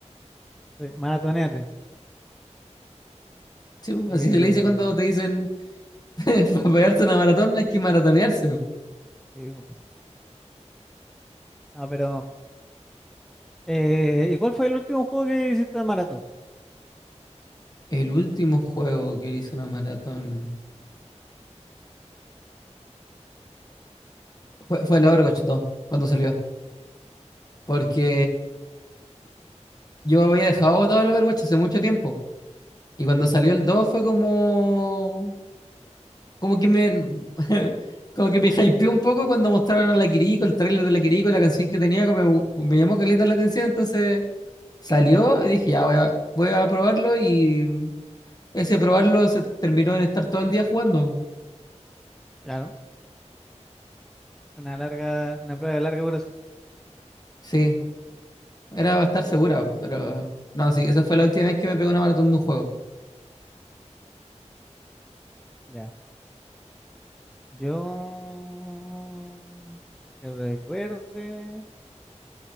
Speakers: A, in the centre; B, on the left.
A: Sí, maratoneate.
B: Sí, pues,
A: Eh,
B: así se le dice cuando te dicen, <laughs> para pegarse una maratón hay que maratonearse. pues.
A: sí, po. Ah, pero, eh, ¿y cuál fue el último juego que hiciste de maratón?
B: El último juego que hizo una maratón fue, fue el Overwatch 2, cuando salió. Porque yo había dejado botado el Overwatch hace mucho tiempo. Y cuando salió el 2 fue como. Como que me. <laughs> Como que me hypeó un poco cuando mostraron a la Kiriko, el tráiler de la Kiriko y la canción que tenía, como me, me llamó caleta la atención. Entonces salió y dije, ya voy a, voy a probarlo. Y ese probarlo se terminó en estar todo el día jugando.
A: Claro, una larga, una prueba de larga duración.
B: Sí, era para estar segura, pero. No, sí, esa fue la última vez que me pegó una maratón de un juego.
A: Ya. Yo, que recuerde.